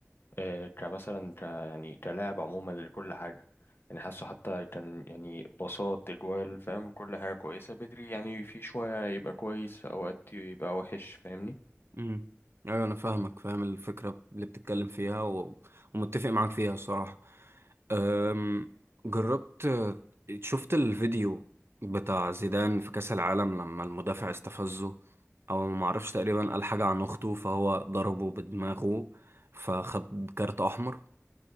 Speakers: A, on the left; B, on the right.
A: آه، كمثلا ك يعني كلاعب عموما لكل حاجة يعني حاسه حتى كان يعني باصات اجوال فاهم كل حاجة كويسة بدري يعني في شوية يبقى كويس أوقات يبقى وحش فاهمني
B: امم ايوه انا فاهمك فاهم الفكره اللي بتتكلم فيها و... ومتفق معاك فيها الصراحه أم... جربت شفت الفيديو بتاع زيدان في كاس العالم لما المدافع استفزه او ما اعرفش تقريبا قال حاجه عن اخته فهو ضربه بدماغه فخد كارت احمر